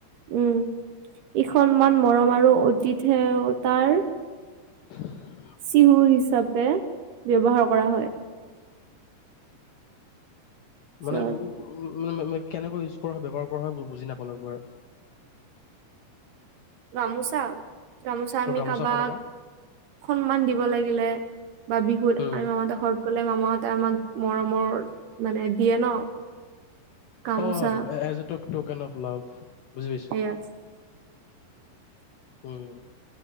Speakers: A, on the right; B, on the left.
A: উম ইখনমান মৰম আৰু অতিথ সেৱতাৰ-
B: <inaudible>
A: চিহু হিচাপে ব্যৱহাৰ কৰা হয়। পিছত
B: মানে উ মানে কেনেকৈ ইউজ কৰা হয় ব্যৱহাৰ কৰা হয়? বুজি নাপালোঁ একবাৰ।
A: গামোচা গামোচা
B: ত'
A: আমি
B: গামোচাখন
A: কাবাক
B: আমাৰ
A: সন্মান দিব লাগিলে, বা বিহুত
B: উম
A: আমি মামাহঁতৰ ঘৰত গ'লে মামাহঁতে আমাক মৰমৰ মানে দিয়ে ন। gamosa
B: অ as at token of love বুজি পাইছে?
A: <inaudible>
B: উম।